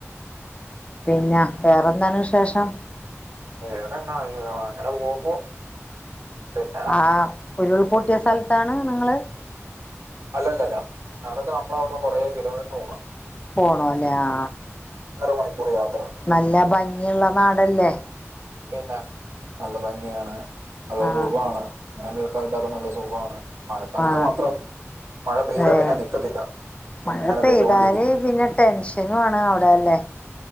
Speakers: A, on the left; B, on the right.
A: പിന്നെ വേറെന്താണ് വിശേഷം
B: വേറെ എന്നാ ച്ചി അങ്ങനെ പോകുന്നു പിന്നെ
A: ആഹ ഉരുൾ പെട്ടിയ സ്ഥലത്താണ് നിങ്ങള്
B: അല്ലല്ലല്ല അതൊക്കെ നമ്മളവിട്ന്ന് കൊറ കിലോമീറ്റർ പോണം
A: പോണമല്ലേ, ആ..
B: മണിക്കൂർ യാത്രയുണ്ട്
A: നല്ല ഭംഗിയുള്ള നാടല്ലേ
B: പിന്നെ, നല്ലഭംഗി കാണാന് ഹലോ
A: ആഹ്
B: സുഖമാണോ ഇളനീർകാർക്കൊക്കെ നല്ല സുഖമാണ് മഴക്കാലത്തു
A: ആഹ്
B: മാത്രം. മഴ പെയ്താൽ
A: ഏഹ്
B: പിന്നെ നിൽത്തത്തില്ല.
A: മഴ
B: ഇങ്ങനെ
A: പെയ്താല്
B: പെയ്തോണ്ടിരിക്കും.
A: പിന്നെ ടെൻഷനും ആണ് അവിടെ അല്ലേ